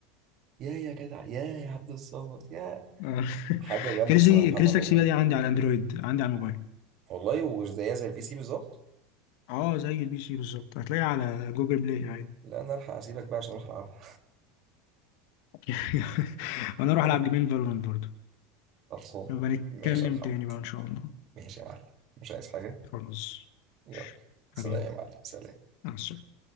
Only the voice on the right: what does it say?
يا يا جدع يا يا عبد الصمد يا
حاجه جامده
الصراحه يا محمد
والله
والله وزيها زي البي سي بالظبط
لا انا الحق اسيبك بقى عشان اروح العبها
<laughs>
خلصان
ماشي يا محمد
ماشي يا معلم مش عايز حاجة
يلا سلام
يا معلم سلام